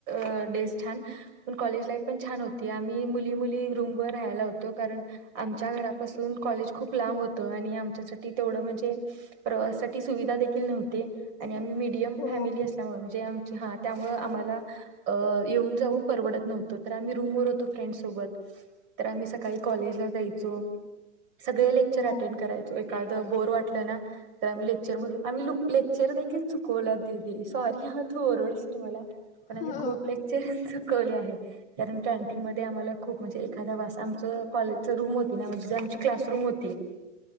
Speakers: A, on the right; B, on the left.
A: गणवेश छान पण, महाविद्यालयाचे जीवन, पण छान होते. आम्ही मुली -मुली रूमवरर राहायला होतो कारण आमच्या घरापासून कॉलेज खूप लांब होत. आणि आमच्यासाठी तेवढं म्हणजे प्रवासासाठी सुविधा देखील नव्हती आणि मध्यमवर्गीय कुटुंबातली
B: हो
A: असल्यामुळे ते आमच्या हा त्यामुळं आम्हाला अ येऊन जाऊन परवडत नव्हतं तर आम्ही रूमवर होतो फ्रेंड सोबत, तर आम्ही सकाळी कॉलेजला जायचो. सगळे लेक्चर
B: हो
A: अटेंड करायचो एक काय तर बोर वाट ल ना तर आम्ही लेक्चर मधु आम्ही लूक ले लेक्चर देखील चुकवले दिदी, सॉरी हा तू ओरडस शील मला. पण आम्ही
B: हो
A: खूप लेक्चर चु कले आहे, कारण कँटीन मध्ये आम्हाला खूप म्हणजे एखादा वास कॉलेज रूम होती ना म्हणजे आमची क्लास रूम होती